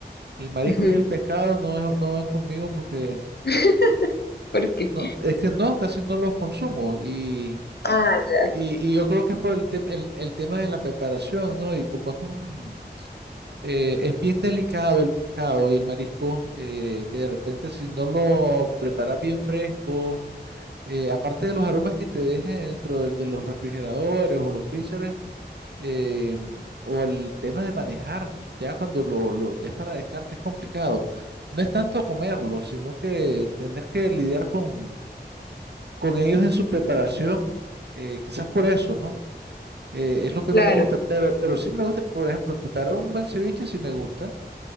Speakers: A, on the right; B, on the left.
A: El marisco
B: Ujú.
A: y el pescado no, es- no van conmigo porque
B: <laughs> ¿Por qué?
A: no, es que no, casi no los consumo. Y,
B: Ah, ya.
A: y, y yo creo que es por el, tem- el, el tema de la preparación, ¿no? Y como es un... eh, es bien delicado el pescado y el marisco, eh, que de repente si no lo preparas bien fresco, eh, aparte de los aromas que te dejen dentro del- de, los refrigeradores o los freezers, eh, o el tema de manejar, ya cuando lo, lo ya es para descarte es complicado. No es tanto comerlo, sino que tener que lidiar con, con ellos en su preparación, eh, quizás por eso, ¿no? Eh, es lo que
B: Claro,
A: no me gusta, pero, pero sí me gusta, por ejemplo, preparar un buen ceviche sí me gusta